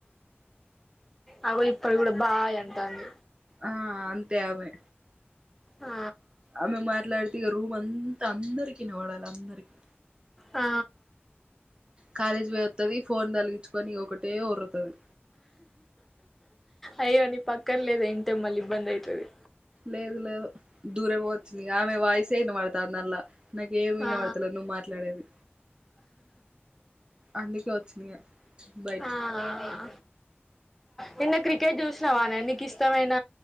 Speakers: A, in the centre; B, on the right (about 25°).
A: ఆ ఇప్పడు గూడ బాయ్ అంటంది
B: ఆ అంతే అవి
A: ఆ
B: ఆమె మాట్లాడితే రూమ్ అంతా అందరి ఈనవాడాలి అందరికి
A: ఆ
B: కాలేజ్ పో వస్తుది ఫోన్ తలిగించుకొని ఒకటే ఉరుతుది
A: అయ్యో నీ పక్కన లేద ఇంటే మళ్ళీ ఇబ్బంది అయితది
B: లేదు లేదు దూరం పోచ్చంది ఆమె వాయిస్ అయిన వాళ దానిల్ల నాకేమ వినివాడతలే
A: ఆ
B: నువ్వు మాట్లాడేది అందుకే వచ్చిన బయటికి
A: ఆ నిన్న క్రికెట్ చూసినవాన ఎ మీకు ఇష్టమైన